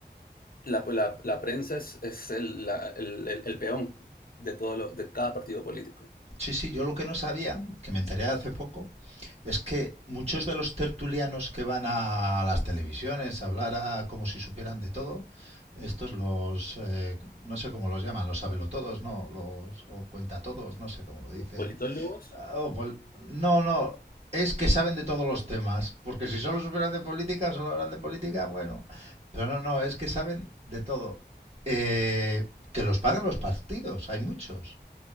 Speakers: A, on the left; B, on the right.
A: la, pues, la- la prensa es, es el, la- el- el- el peón de, todo lo- de cada partido político.
B: sí, sí, yo lo que no sabía, que me enteré hace poco, es que muchos de los tertulianos que van a las televisiones a hablar a- como si supieran de todo, estos los, eh, no sé cómo los llaman, los sabelotodos, ¿no? Los, o cuentatodos, no sé cómo lo dicen.
A: ¿Politólogos?
B: Ah, Oh, pol- No, no, es que saben de todos los temas, porque si solo supieran de política, solo hablan de política, bueno, pero no, no, es que saben de todo. Eh, que los pagan los partidos, hay muchos.